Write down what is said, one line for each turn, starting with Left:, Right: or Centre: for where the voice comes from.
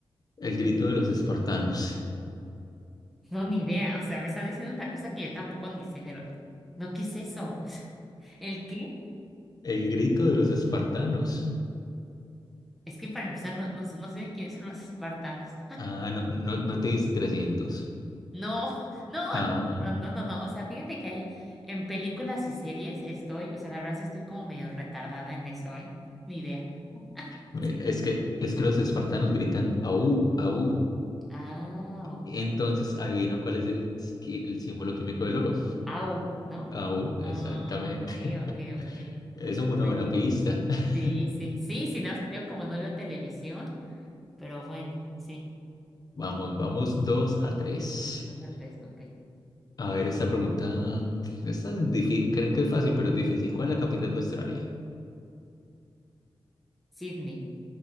Left: El grito de los espartanos.
Centre: No, ni idea. O sea, me estás diciendo una cosa que yo tampoco ni sé de los. No, ¿qué es eso? <laughs> ¿El qué?
Left: El grito de los espartanos.
Centre: Es que para empezar, no, no, sé- no sé de quiénes son los espartanos.
Left: Ah, no, no, no te diste 300.
Centre: No, <laughs> no,
Left: Ah,
Centre: no, no, no, no, no. O sea, fíjate que hay en películas y series estoy, o sea, la verdad sí estoy como medio retardada en eso, ¿eh? Ni idea.
Left: me-
Centre: Sí.
Left: es que, es que los espartanos gritan au, au.
Centre: Ah, ok.
Left: Entonces, adivina cuál es el, qui- el símbolo químico del oro.
Centre: Au, ¿no?
Left: Au, exactamente.
Centre: Ah, ok, ok, ok.
Left: <laughs> Eso fue una
Centre: Bueno,
Left: buena pista. <laughs>
Centre: sí, sí, sí, sí, nada más que yo como no veo televisión, pero bueno, sí,
Left: Vamos, vamos dos a tres.
Centre: dos o tres, ok.
Left: A ver, esta pregunta. mm, Esta es difícil. Creen que es fácil, pero es difícil. ¿Cuál es la capital de Australia?
Centre: Sydney.